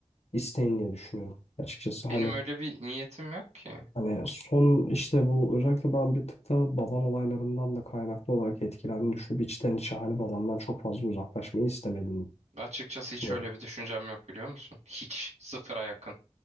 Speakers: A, on the left; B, on the right.
A: isteğini diye düşünüyorum. Açıkçası
B: Benim
A: hani
B: öyle bir niyetim yok ki.
A: Hani son işte bu özellikle ben bir tık da baban olaylarından da kaynaklı olarak etkilendiğini düşünüp içten içe hani babandan çok fazla uzaklaşmayı istemediğini
B: Açıkçası
A: düşünüyorum.
B: hiç öyle bir düşüncem yok biliyor musun? Hiç. Sıfıra yakın.